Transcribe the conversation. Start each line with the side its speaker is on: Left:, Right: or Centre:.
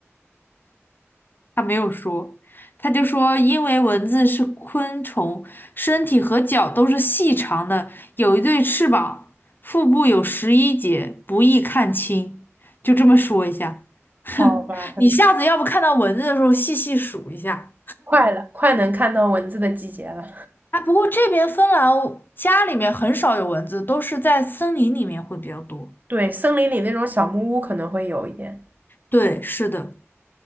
Left: 他没有说，他就说因为蚊子是昆虫，身体和脚都是细长的，有一对翅膀，腹部有十一节，不易看清。就这么说一下，哼，
Right: 好吧，很奇。
Left: 你下次要不看到蚊子的时候细细数一下。
Right: 快了，快能看到蚊子的季节了。
Left: 啊，不过这边芬兰家里面很少有蚊子，都是在森林里面会比较多。
Right: 对，森林里那种小木屋可能会有一点。
Left: 对，是的，